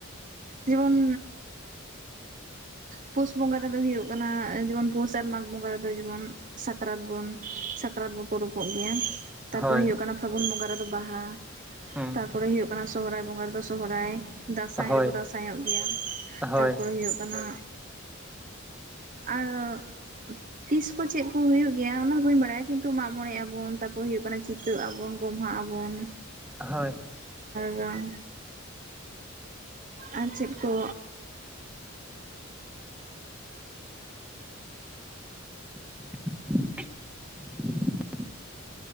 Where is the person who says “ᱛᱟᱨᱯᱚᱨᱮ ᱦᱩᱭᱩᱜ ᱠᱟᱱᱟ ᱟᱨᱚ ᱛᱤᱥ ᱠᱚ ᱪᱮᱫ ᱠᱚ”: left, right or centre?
Right